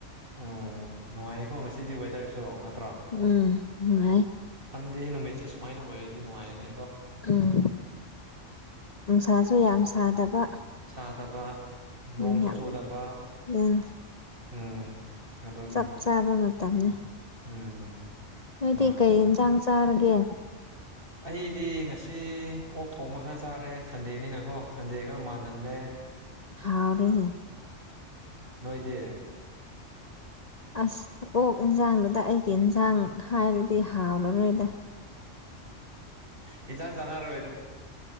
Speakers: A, on the right (about 45°); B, on the left (about 35°).
A: ꯎꯝ ꯅꯨꯡꯉꯥꯏꯌꯦꯀꯣ ꯉꯁꯤꯗꯤ ꯋꯦꯗꯔꯁꯨ ꯉꯥꯛ
B: ꯎꯝ ꯅꯨꯡꯥꯏ
A: ꯑꯗ ꯅꯨꯃꯤꯠꯁꯦ ꯁꯨꯃꯥꯏꯅ ꯑꯣꯏꯔꯗꯤ ꯅꯨꯡꯉꯥꯏꯔꯅꯦ
B: ꯎꯝ ꯅꯨꯡꯁꯥꯁꯨ ꯌꯥꯝ ꯁꯥꯗꯕ
A: ꯊꯥꯗꯕ ꯅꯣꯡꯁꯨ
B: ꯎꯝ
A: ꯆꯨꯗꯕ
B: ꯌꯥꯝ
A: ꯎꯝ ꯑꯗꯨꯅꯦ
B: ꯆꯞ ꯆꯥꯕ ꯃꯇꯝꯅꯤꯅꯦ
A: ꯎꯝ
B: ꯉ
A: ꯃꯥꯅꯦ
B: ꯇ ꯀꯩ
A: ꯃꯥꯅꯦ
B: ꯆꯥꯡꯁ ꯁꯥꯔꯒꯦ
A: ꯑꯩꯗꯤ ꯉꯁꯤ ꯁꯤ ꯑꯣꯛ ꯊꯣꯡꯕ ꯈꯔ ꯆꯥꯔꯦ ꯁꯟꯗꯦꯅꯤꯅꯀꯣ ꯁꯟꯗꯦ ꯈꯔ ꯃꯥꯜꯍꯜꯂꯦ
B: ꯊꯥꯎꯔꯦꯦ
A: ꯅꯣꯏꯗꯤ
B: ꯑꯁ ꯑꯣꯛ ꯌꯦꯟꯖꯥꯡꯗꯨꯗ ꯑꯩꯒꯤ ꯏꯟꯁꯥꯡ ꯍꯥꯏꯔꯗꯤ ꯍꯥꯎꯔꯔꯣꯏꯗ
A: ꯏꯖꯥ ꯔꯣ